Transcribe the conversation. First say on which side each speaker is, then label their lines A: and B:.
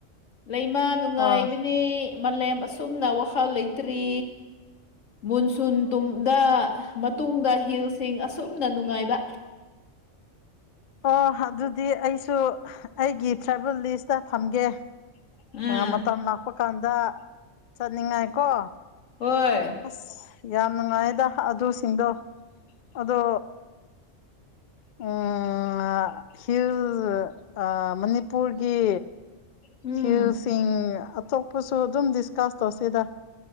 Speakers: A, on the left; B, on the left.
A: ꯂꯩꯃ ꯅꯨꯡꯉꯥꯏꯕꯅꯤ
B: ꯑꯣ
A: ꯃꯥꯂꯦꯝ ꯑꯁꯨꯝꯅ ꯋꯥꯈꯜ ꯂꯩꯇ꯭ꯔꯤ ꯃꯨꯟꯁꯨꯟ ꯇꯨꯝꯗ ꯃꯇꯨꯡꯗ ꯍꯤꯜꯁꯤꯡ ꯑꯁꯨꯝꯅ ꯅꯨꯡꯉꯥꯏꯕ
B: ꯑꯣ ꯑꯗꯨꯗꯤ ꯑꯩꯁꯨ ꯑꯩꯒꯤ ꯇ꯭ꯔꯥꯕꯦꯜ ꯂꯤꯁꯇ ꯊꯝꯒꯦ
A: ꯎꯝ
B: ꯑ ꯃꯇꯝ ꯂꯥꯛꯄ ꯀꯥꯟꯗ ꯆꯠꯅꯤꯡꯉꯥꯏ ꯀꯣ
A: ꯍꯣꯏ
B: ꯑꯁ ꯌꯥꯝ ꯅꯨꯡꯉꯥꯏꯌꯦꯗ ꯑꯗꯨꯁꯤꯡꯗꯣ ꯑꯗꯣ ꯎꯝ ꯑꯥ ꯍꯤꯜ ꯑꯥ ꯃꯅꯤꯄꯨꯔꯒꯤ
A: ꯎꯝ
B: ꯍꯤꯜꯁꯤꯡ ꯑꯇꯣꯞꯄꯁꯨ ꯑꯗꯨꯝ ꯗꯤꯁꯀꯥꯁ ꯇꯧꯁꯦꯗ